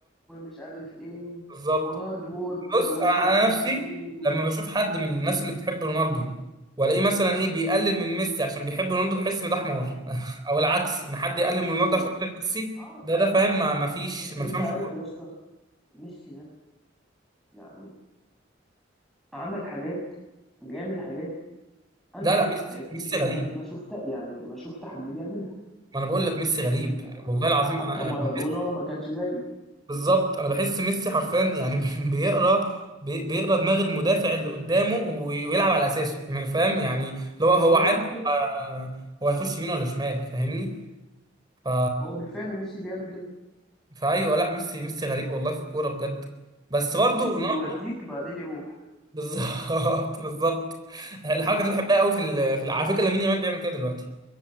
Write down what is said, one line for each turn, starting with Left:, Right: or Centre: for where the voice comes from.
Centre: ومش عارف ايه
Right: بالظبط
Centre: وهارد ووركر
Right: بص
Centre: وجسمه
Right: انا نفسي
Centre: و و
Right: لما بشوف حد من الناس اللي بتحب رونالدو والاقيه مثلا ايه بيقلل من ميسي عشان بيحب رونالدو بحس ان ده حمار <laughs> او العكس ان حد يقلل من رونالدو
Centre: اصل
Right: عشان خاطر ميسي
Centre: اه
Right: ده ده فاهم ما ما فيش
Centre: اصل
Right: ما بيفهمش
Centre: انت عارف
Right: كوره
Centre: يا اسطى ميسي ده يعني عمل حاجات بيعمل حاجات انا
Right: لا
Centre: عمري
Right: لا ميسي
Centre: في حياتي
Right: ميسي
Centre: ما
Right: غريب
Centre: ما شفت يعني ما شفت حد بيعملها
Right: ما انا بقول لك ميسي غريب
Centre: يعني
Right: والله العظيم
Centre: حتى
Right: انا
Centre: مارادونا
Right: يعني بحس-
Centre: ما كانش زيه
Right: بالظبط انا بحس ميسي حرفيا يعني <laughs> بيقرا بي- بيقرا دماغ المدافع اللي قدامه وي- ويلعب على اساسه <laughs> يعني فاهم يعني اللي هو هو
Centre: هو
Right: عارف
Centre: بيعمل كده
Right: آه، هو هيخش يمين ولا شمال فاهمني ف
Centre: هو بالفعل ميسي بيعمل كده
Right: فايوه لا ميسي ميسي غريب والله في الكوره بجد بس برضه
Centre: ميسي
Right: رونالدو
Centre: بيوديك بعدين يروح
Right: <laughs> بالظبط بالظبط الحركه
Centre: فاهم؟
Right: دي بحبها قوي في ال- في ال- على فكره لامين يامال بيعمل كده دلوقتي